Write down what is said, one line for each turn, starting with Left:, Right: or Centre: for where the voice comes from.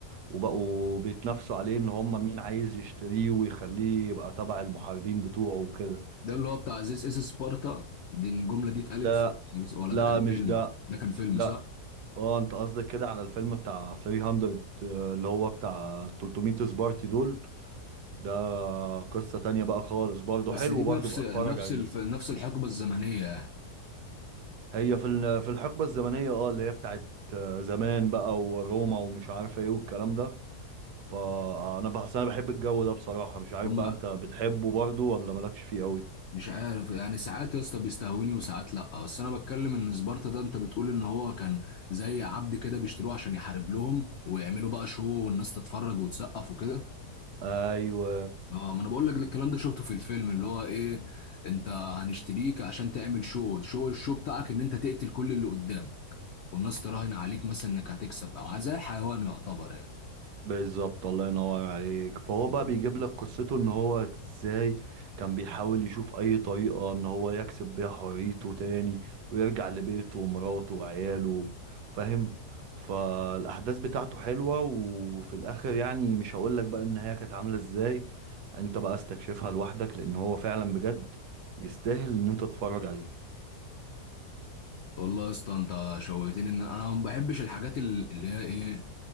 Right: وبقوا بيتنافسوا عليه إن هما مين عايز يشتريه ويخليه يبقى تبع المحاربين بتوعه وكده
Left: ده اللي هو بتاع عزيز اس سبارتا دي الجمله دي اتقالت
Right: لا
Left: في ولا
Right: لا
Left: ده كان فيلم
Right: مش ده
Left: ده كان فيلم
Right: لا
Left: صح
Right: اه انت قصدك كده على الفيلم بتاع 300 آه، اللي هو بتاع 300 سبارتي دول ده قصة تانية بقى خالص برضه
Left: بس
Right: حلو
Left: دي
Right: برضه
Left: نفس
Right: بقى
Left: نفس
Right: اتفرج عليه
Left: الف... نفس الحقبه الزمنيه يعني
Right: هي في ال- في الحقبة الزمنية اه اللي هي بتاعت آه، زمان بقى وروما ومش عارف ايه والكلام ده فانا بحس انا بحب الجو ده بصراحة مش عارف
Left: هم
Right: بقى انت بتحبه برضه ولا مالكش فيه قوي
Left: مش عارف يعني ساعات يا اسطى بيستهوني وساعات لا بس انا بتكلم ان سبارتا ده انت بتقول ان هو كان زي عبد كده بيشتروه عشان يحارب لهم ويعملوا بقى شو والناس تتفرج وتسقف وكده
Right: ايوه
Left: اه ما انا بقول لك الكلام ده شفته في الفيلم اللي هو ايه انت هنشتريك عشان تعمل شو شو الشو بتاعك ان انت تقتل كل اللي قدام والناس تراهن عليك مثلا انك هتكسب او زي الحيوان يعتبر
Right: بالظبط الله ينور عليك فهو
Left: يعني
Right: بقى بيجيب لك قصته ان هو ازاي كان بيحاول يشوف اي طريقة ان هو يكسب بيها حريته تاني ويرجع لبيته ومراته وعياله فاهم فالاحداث بتاعته حلوة وفي الاخر يعني مش هقول لك بقى النهاية كانت عاملة ازاي انت بقى استكشفها لوحدك لان هو فعلا بجد يستاهل ان انت تتفرج عليه
Left: والله يا اسطى انت شوقتني ان انا ما بحبش الحاجات ال- اللي هي ايه